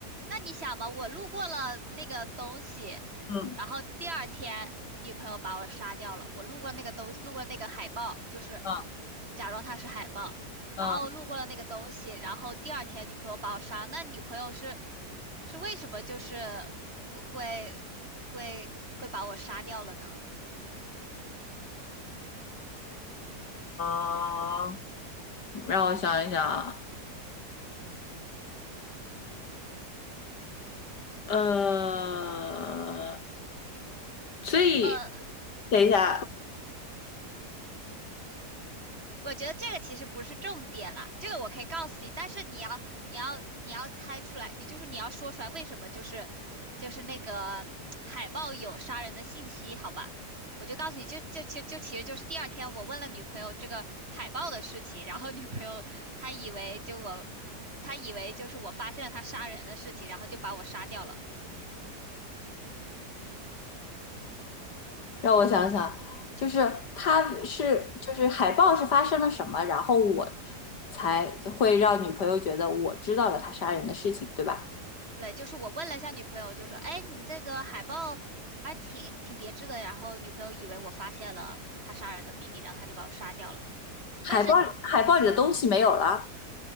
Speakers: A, on the right; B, on the left.
A: 那你想嘛，我路过了那个东西，
B: 嗯
A: 然后第二天女朋友把我杀掉了。我路过那个东，路过那个海报，就是
B: 嗯
A: 假装它是海报，然后路过了那个东西，
B: 嗯
A: 然后第二天女朋友把我杀。那女朋友是是为什么就是会会会把我杀掉了呢？
B: 嗯。让我想一想啊，呃，所以
A: 呃。
B: 等一下，
A: 呃我觉得这个其实不是重点啦，这个我可以告诉你，但是你要你要你要猜出来，你就是你要说出来为什么就是就是那个海报有杀人的信息，好吧？我就告诉你，就就就就其实就是第二天我问了女朋友这个海报的事情，然后女朋友她以为就我，她以为就是我发现了她杀人的事情，然后就把我杀掉了。
B: 让我想想，就是他是就是海报是发生了什么，然后我才会让女朋友觉得我知道了他杀人的事情，对吧？
A: 对，就是我问了一下女朋友，就说：“哎，你这个海报还挺挺别致的。”然后女朋友以为我发现了他杀人的秘密，然后他就把我杀掉了。
B: 海报海报里的东西没有了，
A: 但是